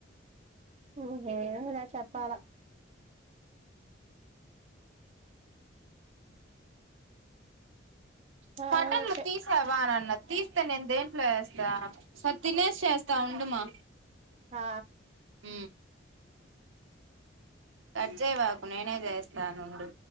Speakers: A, on the right; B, on the right.
A: హ్మ్ హు నువ్వే చెప్పాలా సరే
B: కటాన్లు
A: అయితే
B: తీశావా అని అన్ న్న తీస్తే నేను దేంట్లో ఏస్తా సారే తినేసి చేస్తా ఉడుమా
A: ఆ
B: ఊ కట్చేయవాకు నేనే చేస్తానుండు